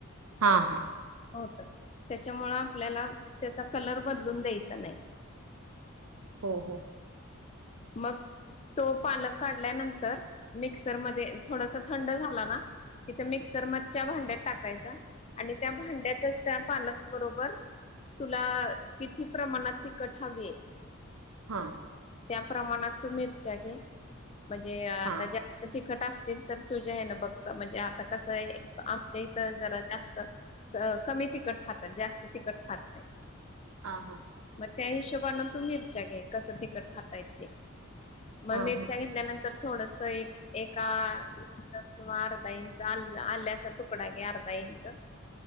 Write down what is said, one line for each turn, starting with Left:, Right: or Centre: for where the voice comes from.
Right: हा, हा
Left: हो तर त्याच्यामुळ आपल्याला त्याचा कलर बदलून द्यायचा नाही
Right: हो, हो
Left: मगं तो पालक काढल्यानंतर मिक्सरमध्ये थोडंसं थंड झाला ना इथं मिक्सर मधच्या भांड्यात टाकायचा आणि त्या भांड्यातच त्या पालक बरोबर तुला किती प्रमाणात ती तिखट हवीय
Right: हा
Left: त्या प्रमाणात तू मिरच्या घे म्हणजे आता
Right: हां
Left: जास्त तिख तिखट असतील तर तुझ्या हेन बघ म्हणजे आता कसं आहे आमच्या इथ जरा जास्तं अ कमी तिखट खातात जास्त तिखट खात नाहीत
Right: हा, हा
Left: मग त्या हिशोबान तू मिरच्या घे कसं तिखट खातायेत ते मग
Right: हां
Left: मिरच्या
Right: हां
Left: घेतल्यानंतर थोडस एक एका किंवा अर्ध अर्धा इंच आल्या, आल्याचा तुकडा घे अर्धा इंच